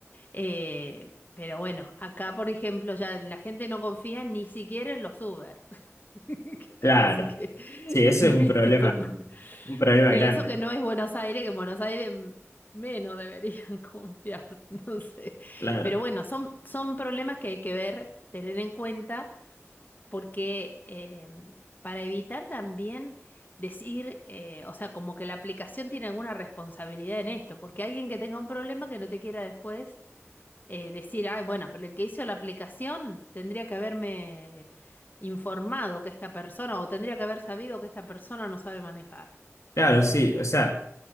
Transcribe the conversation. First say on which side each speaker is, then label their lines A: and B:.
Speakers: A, on the left; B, on the left.
A: Eh, pero bueno, acá, por ejemplo, ya la gente no confía ni siquiera en los Uber. <laughs>
B: Claro.
A: Así que,
B: Sí,
A: <laughs>
B: eso es un
A: ¿viste?
B: problema,
A: Como...
B: un problema
A: Y
B: grande.
A: eso que no es Buenos Aires, que en Buenos Aires m- menos deberían <laughs> confiar, no sé.
B: Claro,
A: Pero bueno, son, son problemas que hay que ver, tener en cuenta porque em, para evitar también decir, eh, o sea, como que la aplicación tiene alguna responsabilidad en esto, porque alguien que tenga un problema que no te quiera después eh, decir, ay, bueno, pero el que hizo la aplicación tendría que haberme informado que esta persona, o tendría que haber sabido que esta persona no sabe manejar,
B: claro,
A: por ejemplo.
B: sí. O sea,